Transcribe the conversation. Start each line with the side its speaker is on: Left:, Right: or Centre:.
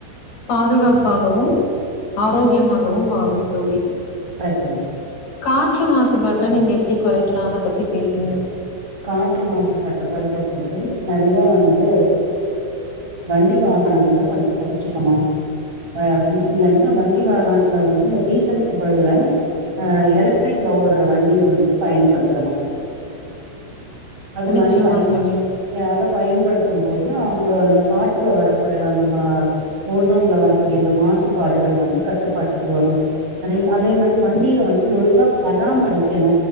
Left: பாதுகாப்பாகவும் ஆரோக்கியமா கவு வாலும் தோழி
Right: கரெக்ட்டுதா
Left: காற்று மாசுபாட்ட நீங்க எப்டி குறைக்கலா அத பத்தி பேசுங்க
Right: காற்று மாசுபட்ட குறைக்கிற்துக்கு நெறையா வந்து வண்டி வாகனங்கள கொஞ்சோ கொறச் ச்சுக்கணு அ வண்டி இல்லன்னா வண்டி வாகனத்துல வந்து இந்த டீசலுக்கு பதிலா அ எலக்ட்ரிக்ல ஓடுற வண்டிய வந்து பயன்படுத்தணு அது
Left: நிச்சயமா
Right: மாரி பயன்
Left: தோழி.
Right: எ அத பயன்படுத்தும் போது அவுங்கள அந்த காற்றுல வரக்கூடிய அந்த மா ஓசோன்ல வரக்கூடிய அந்த மாசுபாடுகள் வந்து கட்டுப்பாட்டுக்கு வரும் நெறை அதே மாதிரி வண்டியு வந்து ஒழுங்கா பராமரிக்கணு